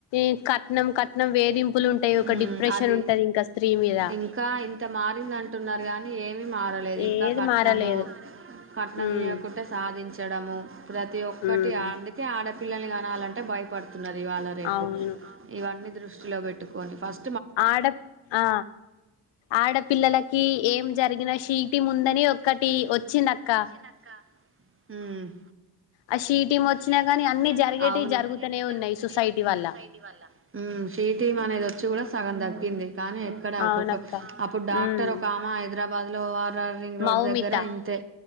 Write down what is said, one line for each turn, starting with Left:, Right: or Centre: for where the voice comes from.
Left: కట్ కట్నం కట్నం వేధింపులు ఉంటాయి ఒక
Right: మ్మ్,
Left: డిప్రెషన్
Right: అది
Left: ఉంటది ఇంకా స్త్రీ మీద
Right: ఇంకా ఇంత మారింది అంటున్నారు కానీ ఏ మారలేదు
Left: ఏది
Right: ఇంకా కట్నము
Left: మారలేదు
Right: కట్నం
Left: ఉమ్
Right: ఇవ్వకుంటే సాధించ తొడము ప్రతి ఒక్కటి
Left: ఉమ్
Right: <unintelligible> పిల్లల్ని కనాలంటే భయపడు తున్నది ఇవాళ రేపో
Left: అవును
Right: ఇవన్నీ దృష్టిలో పెట్టుకొని ఫస్
Left: ఆడ ఆ ఆడపిల్లలకి ఏం జరిగిన శి ఒకటి ముందని ఒక్కటి వచ్చింది అక్క
Right: ఉమ్
Left: ఆ షీటి వచ్చినా
Right: షి టీమ్
Left: గాని
Right: వచ్చినద
Left: అన్ని జరిగేటివి
Right: అ
Left: జరుగుతూనే
Right: జరుగు
Left: ఉన్నాయి సొసైటీ
Right: ఉన్నాయి
Left: వల్ల
Right: సొసైటీ వల్ షీ టీమ్ అనేది వచ్చి కూడ సగం దగ్గింది కానీ ఎక్కడ ఒక్కొక్క
Left: అవునక్క
Right: అప్పుడు డాక్టర్
Left: ఉమ్
Right: ఒక ఆమ హైదరాబాద్ లో వర్ర్ రింగ్ రోడ్
Left: మౌమిత
Right: దగ్గర ఇంతే